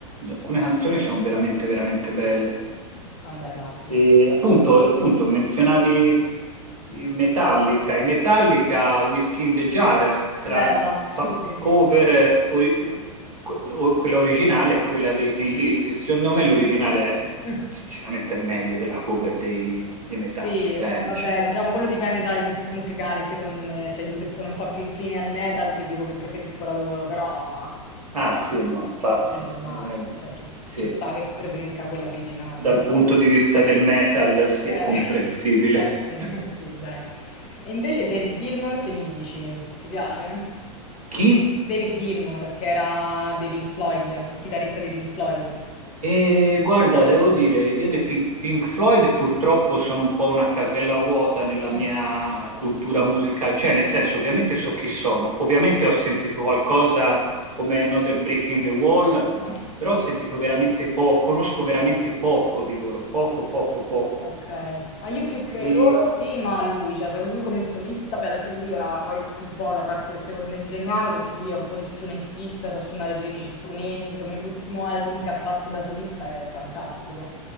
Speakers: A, on the right; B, on the left.
A: alcune canzoni sono veramente, veramente belle.
B: Vabbè, no, sì,
A: E
B: sì.
A: appunto, appunto, menzionavi i Metallica. I Metallica, Whiskey in the Jar, tra,
B: Bella, <laughs> sì,
A: fa-
B: sì,
A: cover,
B: sì.
A: eh, ori- que- o- quella originale e quella dei Thin Lips. E Secondo me l'originale, è-
B: Mm.
A: sinceramente, è meglio della cover dei, dei Metallica,
B: Sì, eh,
A: eh, non
B: vabbè,
A: c'è paragone.
B: diciamo quello dipende dai gusti musicali, secondo me. Cioè, io che sono un po' più incline al metal, ti dico che preferisco la loro, però
A: Ah sì, no, infatti,
B: È normale,
A: ehm,
B: cioè ci, s-
A: sì,
B: ci sta che tu preferisca quella originale,
A: dal
B: onestamente.
A: punto di vista del metal, sì,
B: Eh,
A: è comprensibile.
B: <laughs> eh sì,
A: <laughs>
B: eh sì, dai. E invece David Gilmour, che mi dici? Ti piace?
A: Chi?
B: David Gilmour, che era dei Pink Floyd, il chitarrista dei Pink Floyd.
A: E guarda, devo dire, io dei Pink Pink Floyd purtroppo sono un po' una casella vuota nella
B: Mm,
A: mia cultura musicale, cioè nel senso ovviamente so chi sono, ovviamente ho sentito qualcosa come Another Brick in the Wall,
B: certo.
A: però ho sentito veramente poco, conosco veramente poco di loro, poco, poco, poco.
B: Ok, ah, io più che
A: E,
B: loro sì, ma a lui, cioè se lui come solista, beh alla fine lui era poi un po' la parte secondo me geniale perché lui è un po' l'istrumentista, sa suonare 13 strumenti, secondo me l'ultimo album che ha fatto da solista è fantastico,